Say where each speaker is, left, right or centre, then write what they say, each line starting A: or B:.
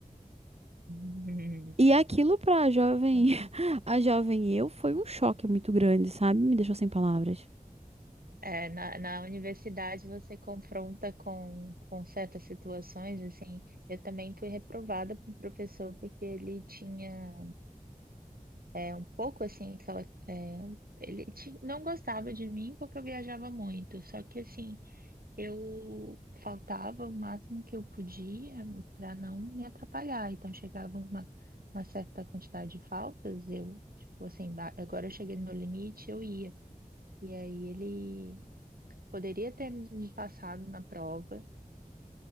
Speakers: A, on the right; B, on the right.
A: <laughs> Hum,
B: E aquilo pra jovem,
A: complicado.
B: <laughs> a jovem eu, foi um choque muito grande, sabe? Me deixou sem palavras.
A: É, na, na universidade você confronta com, com certas situações, assim, eu também fui reprovada por professor porque ele tinha um pouco, assim, aquela, é, ele ti- não gostava de mim porque eu viajava muito, só que, assim, eu faltava o máximo que eu podia para não me atrapalhar, então chegava uma, uma certa quantidade de faltas, eu, tipo, assim, ba- agora eu cheguei no meu limite, eu ia. E aí ele poderia ter me passado na prova.